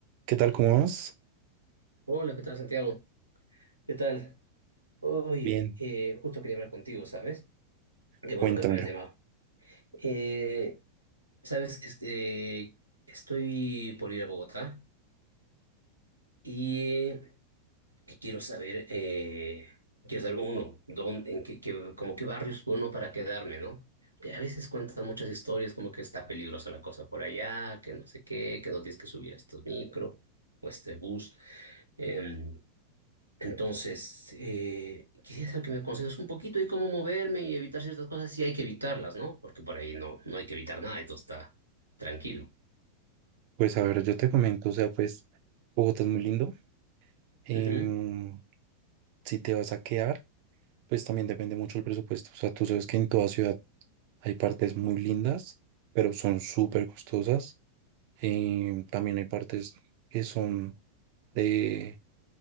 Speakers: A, on the right (about 45°); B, on the right (about 85°).
A: ¿Qué tal? ¿Cómo vas?
B: Hola, ¿qué tal, Santiago? ¿Qué tal? Oye,
A: Bien,
B: eh, justo quería hablar contigo, ¿sabes? Qué
A: cuéntamelo.
B: bueno que me has llamado. Eh, sabes, este, estoy por ir a Bogotá y, eh, y quiero saber, eh, quiero saber uno, dónde, en qué, qué- como qué barrios uno para quedarme, ¿no? Que a veces cuentan muchas historias como que está peligrosa la cosa por allá, que no sé qué, que no tienes que subir a estos micro o este bus. Em, Entonces, eh, quisiera saber que me aconsejes un poquito de cómo moverme y evitar ciertas cosas si hay que evitarlas, ¿no? Porque por ahí no, no hay que evitar nada, esto está tranquilo.
A: Pues a ver, yo te comento, o sea, pues Bogotá es muy lindo. em,
B: Ujú,
A: si te vas a quedar, pues también depende mucho el presupuesto. O sea, tú sabes que en toda ciudad hay partes muy lindas, pero son súper costosas. em, también hay partes que son de,